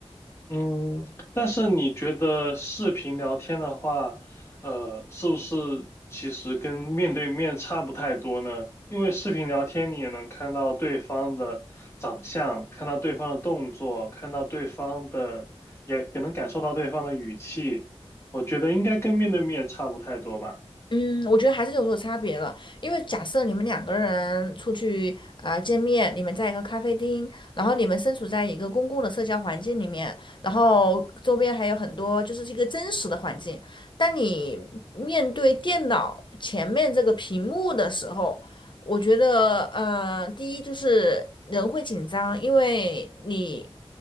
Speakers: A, on the left; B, on the left.
A: 嗯，但是你觉得视频聊天的话，呃，是不是其实跟面对面差不太多呢？因为视频聊天你也能看到对方的长相，看到对方的动作，看到对方的，也也能感受到对方的语气。我觉得应该跟面对面差不太多吧。
B: 嗯，我觉得还是有所差别了，因为假设你们两个人出去啊见面，你们在一个咖啡厅，然后你们身处在一个公共的社交环境里面，然后周边还有很多就是一个真实的环境。当你面对电脑前面这个屏幕的时候，我觉得呃，第一就是人会紧张，因为你。